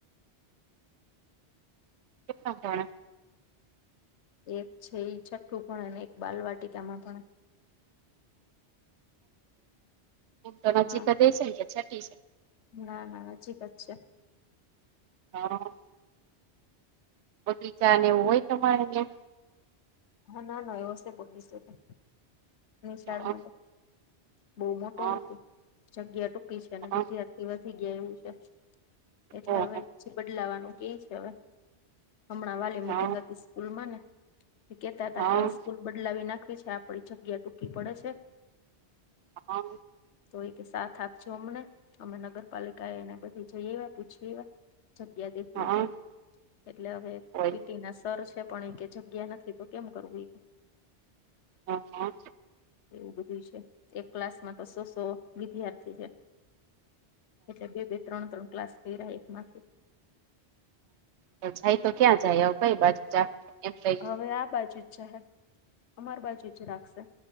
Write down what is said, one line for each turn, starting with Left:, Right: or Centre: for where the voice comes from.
Right: કેટલામાં ભણે?
Left: એક છે ઈ છઠ્ઠું ભણે ને એક બાલવાટિકામાં ભણે.
Right: તો નજીક
Left: હા
Right: દેસાઈ છે છટી છે.
Left: ના ના નજીક અજ છે.
Right: હા. બગીચા નેવું હોય તમારે ત્યાં.
Left: હા ના ના એવ હશે બોગીશે એ તો. નિશાળમાં
Right: હા
Left: બહુ મોટો
Right: હા
Left: નથી જગ્યા ટૂંકી છે અને
Right: હા
Left: વિધ્યા એ વધી ગયા એવું છે. એટલે
Right: ઓહો,
Left: હવે પછી બદલાવાનું કે છે હવે. હમણાં વાલી
Right: હા
Left: મીટિંગ હતી સ્કૂલમાં ને કેતા હતા
Right: હા
Left: કે સ્કૂલ બદલાવી નાખવી છે આપડી જગ્યા ટૂકી પડે છે.
Right: હ હ.
Left: તો એક કે સાથ આપજો અમને અમે નગરપાલિકા એ એને બધી જઈ એવા પૂછી એવા. જગ્યા દેખવી
Right: હા
Left: કે એટલે હવે
Right: હોય
Left: પીટીના સર છે પણ એ કે જગ્યા નથી. તો કેમ કરવું એ.
Right: હા હા.
Left: એવું બધું છે એક ક્લાસમાં તો સો સો વિદ્યાર્થી છે. એટલે બે બે ત્રણ ત્રણ ક્લાસ થઈ રહ્યા એકમાંથી.
Right: હ જાય તો ક્યાં જાય આવ કઈ બાજુ જા. એમ કઈ
Left: હવે આ બાજુ જ છે હે અમાર બાજુ જ રાખશે